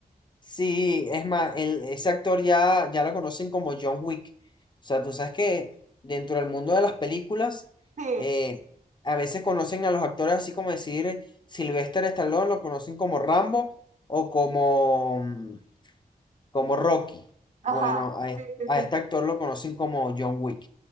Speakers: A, on the left; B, on the right.
A: Sí, es más, el, ese actor ya, ya lo conocen como John Wick. O sea, tú sabes que dentro del mundo de las películas,
B: Sí,
A: eh, a veces conocen a los actores así como decir Sylvester Stallone, lo conocen como Rambo o como, mm, como Rocky.
B: ajá,
A: Bueno, a, e-
B: sí, sí,
A: a
B: sí.
A: este actor lo conocen como John Wick.